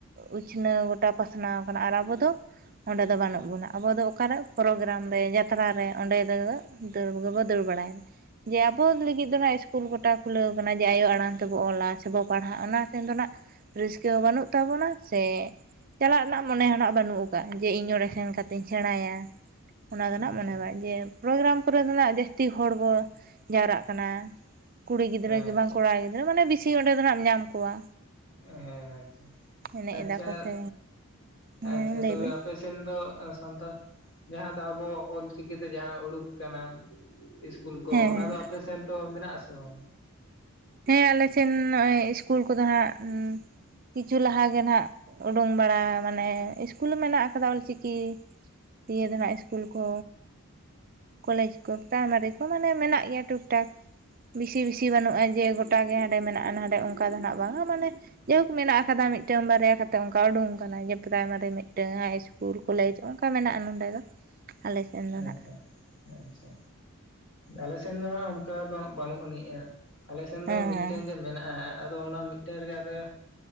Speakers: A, on the right (about 40°); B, on the left (about 60°).
A: ᱩᱪᱷᱱᱟᱹᱣ ᱜᱚᱴᱟ ᱯᱟᱥᱱᱟᱣ ᱟᱠᱟᱱᱟ ᱟᱨ ᱟᱵᱚ ᱫᱚ ᱚᱸᱰᱮ ᱫᱚ ᱵᱟᱹᱱᱩᱜ ᱵᱚᱱᱟ ᱟᱵᱚ ᱫᱚ ᱚᱠᱟᱨᱮ ᱯᱨᱳᱜᱨᱟᱢ ᱨᱮ ᱡᱟᱛᱨᱟ ᱨᱮ ᱚᱸᱰᱮ ᱫᱚ ᱫᱟᱹᱲ ᱜᱮᱠᱚ ᱫᱟᱹᱲ ᱵᱟᱲᱟᱭᱟ ᱡᱮ ᱟᱵᱚ ᱞᱟᱹᱜᱤᱫ ᱫᱚ ᱤᱥᱠᱩᱞ ᱠᱚ ᱜᱚᱴᱟ ᱠᱷᱩᱞᱟᱹᱣ ᱠᱟᱱᱟ ᱡᱮ ᱟᱭᱳ ᱟᱲᱟᱝ ᱛᱮᱵᱚ ᱚᱞᱟ, ᱥᱮᱵᱚᱱ ᱯᱟᱲᱦᱟᱜ ᱚᱱᱟ ᱥᱮᱱ ᱫᱚ ᱱᱟᱜ ᱨᱟᱹᱥᱠᱟᱹ ᱦᱚᱸ ᱵᱟᱹᱱᱩ ᱛᱟᱵᱚᱱᱟ ᱥᱮ ᱪᱟᱞᱟᱜ ᱨᱮᱱᱟᱜ ᱢᱚᱱᱮ ᱦᱱᱟᱜ ᱵᱟᱹᱱᱩᱜ ᱠᱟᱜ ᱡᱮ ᱤᱧ ᱚᱸᱰᱮ ᱥᱮᱱ ᱠᱟᱛᱮ ᱤᱧ ᱥᱮᱬᱟᱭᱟ᱾ ᱚᱱᱟ ᱫᱚ ᱱᱟᱜ
B: ᱟᱪᱪᱷᱟ
A: ᱢᱚᱱᱮ
B: ᱦᱮᱸ
A: ᱵᱟᱝ ᱡᱮ ᱯᱨᱳᱜᱨᱟᱢ ᱠᱚᱨᱮ ᱫᱚ ᱱᱟᱜ ᱡᱟᱹᱥᱛᱤ ᱦᱚᱲ ᱵᱚ ᱡᱟᱣᱨᱟᱜ ᱠᱟᱱᱟ᱾ ᱠᱩᱲᱤ ᱜᱤᱫᱽᱨᱟᱹ ᱠᱤ
B: ᱟᱪᱪᱷᱟ
A: ᱵᱟᱝ ᱠᱚᱲᱟ ᱜᱤᱫᱽᱨᱟᱹ ᱢᱟᱱᱮ ᱵᱤᱥᱤ ᱚᱱᱰᱮ ᱫᱚ ᱱᱟᱜ ᱧᱟᱢ ᱠᱚᱣᱟ᱾
B: ᱦᱮᱸ
A: ᱮᱱᱮᱡ
B: ᱟᱪᱪᱷᱟ ᱟᱪᱪᱷᱟ
A: ᱮᱫᱟ ᱠᱚ ᱥᱮ ᱦᱮᱸ
B: ᱟᱪᱪᱷᱟ
A: ᱞᱟᱹᱭ
B: ᱛᱚᱵᱮ
A: ᱵᱤᱱ
B: ᱟᱯᱮ ᱥᱮᱱ ᱫᱚ ᱥᱟᱱᱛᱟᱲ ᱡᱟᱦᱟᱸ ᱫᱚ ᱟᱵᱚ ᱚᱞᱪᱤᱠᱤᱛᱮ ᱡᱟᱦᱟᱸ ᱩᱰᱩᱠ ᱠᱟᱱᱟ ᱤᱥᱠᱩᱞ ᱠᱚ
A: ᱦᱮᱸ
B: ᱚᱱᱟ
A: ᱦᱮᱸ
B: ᱫᱚ ᱟᱯᱮᱥᱱ ᱫᱚ ᱢᱮᱱᱟᱜ ᱟᱥᱮ ᱵᱟᱝ?
A: ᱦᱮᱸ ᱟᱞᱮᱥᱮᱱ ᱱᱚᱼᱚᱭ ᱥᱤᱥᱠᱩᱞ ᱠᱚᱫᱚ ᱦᱟᱸᱜ ᱠᱤᱪᱷᱩ ᱞᱟᱦᱟᱜᱮ ᱱᱟᱦᱱᱟᱜ ᱩᱰᱩᱝ ᱵᱟᱲᱟ ᱢᱟᱱᱮ ᱤᱥᱠᱩᱞ ᱢᱮᱱᱟᱜ ᱟᱠᱟᱫᱟ ᱚᱞ ᱪᱤᱠᱤ ᱤᱭᱮ ᱫᱚ ᱱᱟᱦ ᱤᱥᱠᱩᱞ ᱠᱚ, ᱠᱚᱞᱮᱡᱽ ᱠᱚ ᱯᱨᱟᱭᱢᱟᱨᱤ ᱠᱚ ᱢᱟᱱᱮ ᱢᱮᱱᱟᱜ ᱜᱮᱭᱟ ᱴᱷᱩᱤᱠᱴᱷᱟᱠ ᱵᱮᱥᱤ ᱵᱮᱥᱤ ᱵᱟᱹᱱᱩᱜᱼᱟ ᱡᱮ ᱜᱚᱴᱟᱜ ᱜᱮ ᱦᱟᱸᱰᱮ ᱢᱮᱱᱟᱜᱼᱟ ᱱᱟᱰᱮ ᱚᱱᱠᱟ ᱫᱚ ᱱᱟᱱᱟᱜ ᱵᱟᱝᱟ ᱢᱟᱱᱮ ᱡᱟᱭᱦᱳᱠ ᱢᱮᱱᱟᱜ ᱟᱠᱟᱫᱟ ᱢᱤᱫᱴᱟᱝ ᱵᱟᱨᱭᱟ ᱠᱟᱛᱮᱜ ᱚᱱᱠᱟ ᱩᱰᱩᱝ ᱟᱠᱟᱱᱟ ᱡᱮ ᱯᱨᱟᱭᱢᱟᱨᱤ ᱢᱤᱫᱴᱟᱝ ᱦᱟᱭ ᱤᱥ ᱠᱩᱞ ᱠᱚᱞᱮᱡᱽ ᱚᱱᱠᱟ ᱢᱮᱱᱟᱼᱟ ᱱᱚᱸᱰᱮ ᱫᱚ᱾ ᱟᱞᱮ ᱥᱮᱱ ᱫᱚ
B: ᱟᱪᱪᱷᱟ
A: ᱱᱟᱜ
B: ᱟᱪᱪᱷᱟ ᱟᱞᱮᱥᱱ ᱫᱚ ᱚᱱᱠᱟ ᱫᱚ ᱦᱟ ᱵᱟᱹᱱᱩᱜ ᱟᱹᱱᱤᱡᱼᱟ, ᱟᱞᱮ ᱥᱮᱱ
A: ᱦᱮᱸ
B: ᱫᱚ ᱢᱤᱫᱴᱮᱱ
A: ᱦᱮᱸ
B: ᱜᱮ ᱢᱮᱱᱟᱜᱼᱟ, ᱟᱫᱚ ᱚᱱᱟ ᱢᱤᱫᱴᱮᱱ ᱨᱮᱜᱮ ᱟᱫᱚ